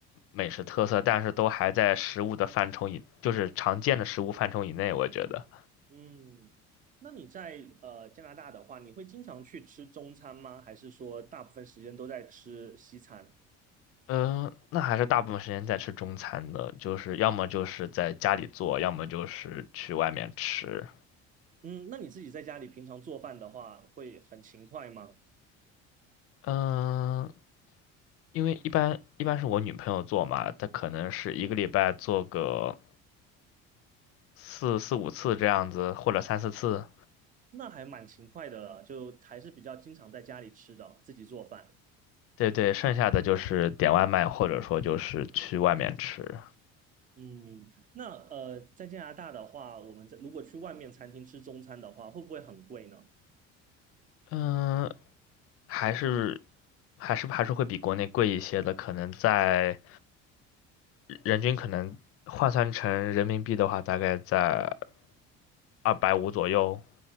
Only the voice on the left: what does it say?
美食特色，但是都还在食物的范畴以，就是常见的食物范畴以内，我觉得。
嗯，那还是大部分时间在吃中餐的，就是要么就是在家里做，要么就是去外面吃。
嗯，因为一般一般是我女朋友做嘛，她可能是一个礼拜做个四四五次这样子，或者三四次。
对对，剩下的就是点外卖，或者说就是去外面吃。
嗯，还是还是还是会比国内贵一些的，可能在人均可能换算成人民币的话，大概在二百五左右。